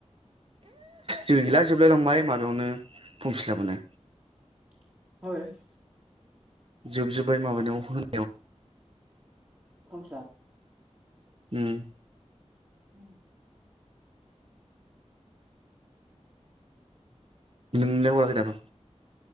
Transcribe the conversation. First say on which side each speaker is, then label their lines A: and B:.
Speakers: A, on the right (about 50°); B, on the right (about 25°).
A: गैला जोबलाय लांबाय माबायावनो फिलाबावनो
B: <unintelligible>
A: जोबजोब्बाय माबानिआव
B: पर्म फिल आप
A: उम
B: उम
A: नोंलाय हराखै दाबो